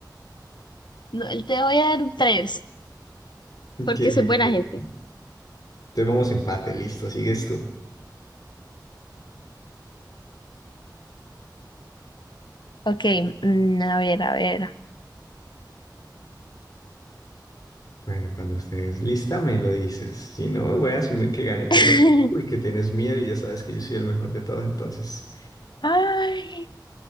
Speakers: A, on the left; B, on the left.
A: 3. te voy a dar un 3, porque
B: Que,
A: soy buena
B: que-
A: gente.
B: entonces vamos empate, listo, sigues tú.
A: Ok, mm, a ver, a ver.
B: Bueno, cuando estés lista me lo dices. Si no, voy a asumir que gané por
A: <laughs>
B: dos y que tienes miedo y ya sabes que yo soy el mejor de todos, entonces.
A: Ay,